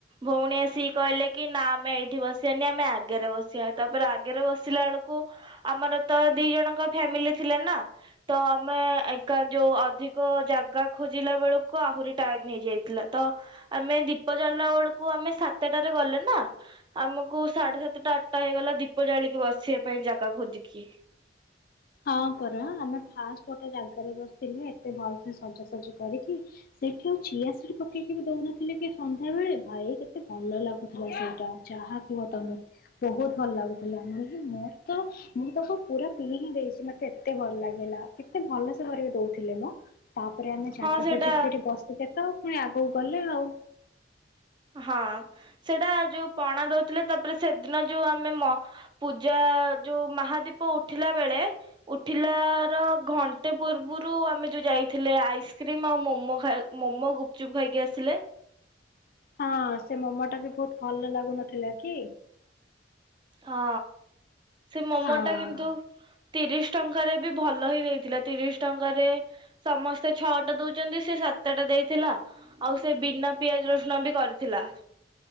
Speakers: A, on the right (about 25°); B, on the left (about 55°).
A: ଭଉଣୀ ଆସିକ କହିଲେ କି ନା ଆମେ ଏଇଠି ବସିବାନି, ଆମେ ଆଗରେ ବସିବା, ତାପରେ ଆଗରେ ବସିଲା ବେଳକୁ ଆମର ତ ଦି ଜଣଙ୍କ ଫ୍ୟାମିଲି ଥିଲେ ନା, ତ ଆମେ ଏକା ଯୋଉ ଅଧିକ ଜାଗା ଖୋଜିଲା ବେଳକୁ ଆହୁରି ଟାଇମ୍ ହେଇଯାଇଥିଲା, ତ ଆମେ ଦୀପ ଜାଳିଲା ବେଳକୁ ଆମେ ସାତଟାରେ ଗଲେ ନା ଆମକୁ ସାଢେ ସାତଟା ଆଠଟା ହେଇଗଲା ଦୀପ ଜାଳିକି ବସିବା ପାଇଁ ଜାଗା ଖୋଜିକି।
B: ହଁ ପରା ଆମେ ଫାଷ୍ଟ ଗୋଟେ ଜାଗରେ ବସିଥିଲୁ ଏତେ ଭଲ ସେ ସଜାସଜି କରିକି, ସେଠି ଆଉ ଚିଆ ସିଡ୍ ପକେଇକି ବି ଦଉନଥିଲି କି ସନ୍ଧ୍ୟା ବେଳେ ଭାଇ କେତେ ଭଲ ଲାଗୁଥିଲା, ସେଇଟା ଯାହା କୁହ ତୋମେ ବହୁତ ଭଲ ଲାଗୁଥିଲା, ମାନେ ମୋର ତ ମୁଁ ତାକୁ ପୁରା ପିଇ ହିଁ ଦେଇ ସେ ମୋତେ ଏତେ ଭଲ ଲାଗିଲା କେତେ ଭଲ ସେ କରିକି ଦଉଥିଲେ ନା। ତାପରେ ଆମେ ଜାଗା
A: ହଁ ସେଇଟା
B: ଖୋଜିିକି ସେଠି ବସିଚେ ତ ପୁଣି ଆଗକୁ ଗଲେ ଆଉ
A: ହଁ ସେଇଟା ଯୋଉ ପଣା ଦଉଥିଲେ ତାପରେ ସେଦିନ ଯୋଉ ଆମେ ମ-ପୂଜା ଯୋଉ ମହାଦୀପ ଉଠିଲା ବେଳେ ଉଠିଲାର ଘଣ୍ଟେ ପୂର୍ବରୁ ଆମେ ଯୋଉ ଯାଇଥିଲେ, ଆଇସ୍କ୍ରିମ ଆଉ ମୋମ ଖାଇବା ମୋମୋ ଗୁପଚୁପ ଖାଇକି ଆସିଲେ।
B: ହଁ ସେ ମୋମ ଟା ବି ବହୁତ ଭଲ ଲାଗୁନଥିଲା କି।
A: ହଁ। ସେ ମୋମ
B: ହଁ।
A: ଟା କିନ୍ତୁ ତିରିଶ ଟଙ୍କାରେ ବି ଭଲ ହି ଦେଇଥିଲା ତିରିଶ ଟଙ୍କାରେ ସମସ୍ତେ ଛଅଟା ଦଉଚନ୍ତି ସେ ସାତଟା ଦେଇଥିଲା। ଆଉ ସେ ବିନା ପିଆଜ ରସୁଣ ବି କରିଥିଲା।